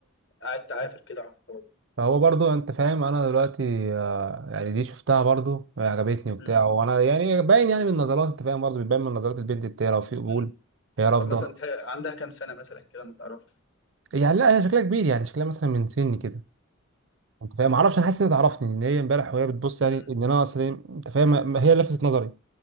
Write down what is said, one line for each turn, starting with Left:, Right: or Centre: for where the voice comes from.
Left: قاعد تعافر كده على الفاضي
Right: فهو برضو انت فاهم انا دلوقتي آه، يعني دي شفتها برضو يعني عجبتني وبتاع
Left: امم
Right: وانا يعني باين يعني من النظرات انت فاهم برضو بيبان من نظرات البنت التانية لو في قبول
Left: امم
Right: هي رافضه
Left: طب مثلا تح- عندها كام سنه مثلا كده ما تعرفش
Right: يعني لا هي شكلها كبير يعني شكلها مثلا من سني كده انت فاهم معرفش انا حاسس انها تعرفني ان هي امبارح وهي بتبص يعني
Left: امم
Right: ان انا اصلا انت فاهم هي لفتت نظري